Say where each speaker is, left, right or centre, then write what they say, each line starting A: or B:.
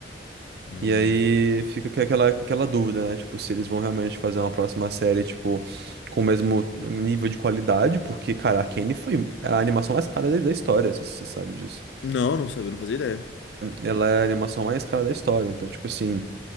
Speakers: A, on the left; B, on the right.
A: Hum.
B: E aí fica que- aquela, aquela dúvida, né? Tipo, se eles vão realmente fazer uma próxima série, tipo, com o mesmo nível de qualidade, porque, cara, Arcane foi a animação mais cara da da história, se você sabe disso.
A: Não, não sabia, não fazia ideia.
B: Ela é a animação mais cara da história, então, tipo assim,